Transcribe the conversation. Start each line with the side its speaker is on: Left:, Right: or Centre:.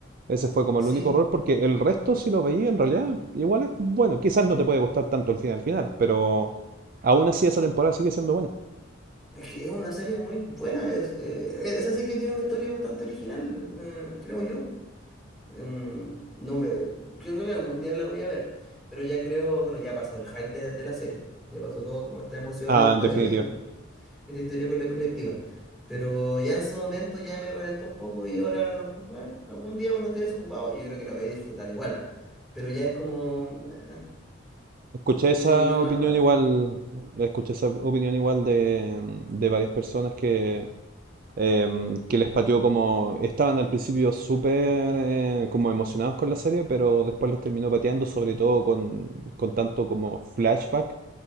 Right: Ese fue como
Centre: Sí,
Right: el único error porque el resto si lo veía en realidad igual es bueno, quizás no te puede gustar tanto el final final, pero aún así esa temporada sigue siendo buena.
Centre: es que es una serie muy buena, es, eh, es así que tiene una historia bastante original, eh, creo yo. Mm, no me, creo que algún día la voy a ver, pero ya creo, bueno, ya pasó el hype de, de la serie, ya pasó todo como esta emoción,
Right: Ah,
Centre: esta,
Right: en definitiva.
Centre: eh, esta historia con la colectiva, pero ya en su momento ya me reventó un poco y ahora, pues, bueno, algún día cuando esté desocupado, yo creo que la voy a disfrutar igual, pero ya es como, eh,
Right: Escuché esa
Centre: me terminó
Right: opinión
Centre: más mata.
Right: igual, escuché esa opinión igual de, de varias personas que, em, que les pateó como... Estaban al principio súper eh, como emocionados con la serie, pero después los terminó pateando, sobre todo con, con tanto como flashback,